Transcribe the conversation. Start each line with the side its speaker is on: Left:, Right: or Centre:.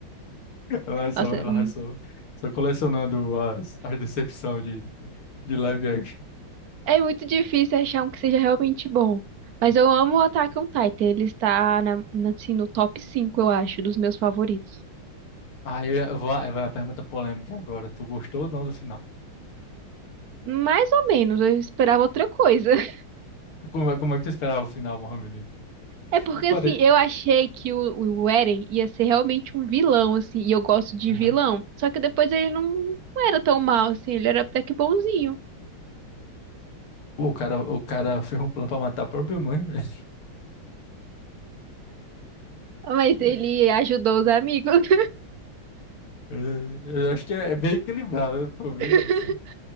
Left: Ela vai só,
Right: Nossa,
Left: ela
Right: hum.
Left: vai só, só colecionando as, as decepções de, de live action.
Right: é muito difícil achar um que seja realmente bom. Mas eu amo o Attack on Titan, ele está na, na- assim, no top 5 eu acho, dos meus favoritos.
Left: Aí eu vou- aí vai a pergunta polêmica agora. Tu gostou ou não do final?
Right: Mais ou menos, eu esperava outra coisa. <laughs>
Left: Como, é- como é que tu esperava o final, Mohamed?
Right: É porque,
Left: Eu
Right: assim,
Left: parei.
Right: eu achei que o, o Eren ia ser realmente um vilão, assim, e eu gosto de
Left: Aham.
Right: vilão. Só que depois ele não, não era tão mal, assim, ele era até que bonzinho.
Left: Pô, o cara, o cara fez um plano pra matar a própria mãe, velho.
Right: Mas
Left: <laughs>
Right: ele ajudou os amigos.
Left: É, Eu acho que é bem equilibrado, né? Por ver,
Right: <laughs>
Left: assim.